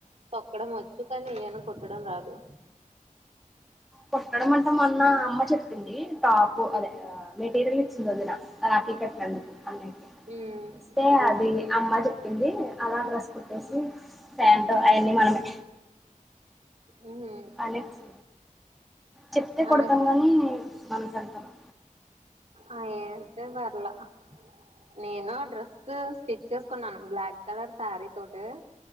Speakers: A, on the right (about 50°); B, in the centre.
A: తొక్కడం వచ్ కానీ ఆయన కుట్టడం రాదు
B: కొట్టడం అంటా మొన్న అమ్మ చెప్పింది టాప్ అదే మెటీరియల్ ఇచ్చింది అద నా అకే కట్టినందుకు అన్నకి
A: ఉమ్
B: ఇస్తే
A: డ్రెస్
B: అది
A: కుట్టదా
B: అమ్మ చెప్పింది అలా డ్రెస్ కుట్టేసి ప్యాంట్ అవన్నీ మనమే
A: ఉహు
B: అలెక్స్ చెప్తే కొడతాం
A: ఆ
B: గాని మన హలో
A: ఆ ఏంతే వర్లా నేను డ్రెస్ స్టిచ్ చేసుకున్నాను. బ్లాక్ కలర్ శారీ తోటె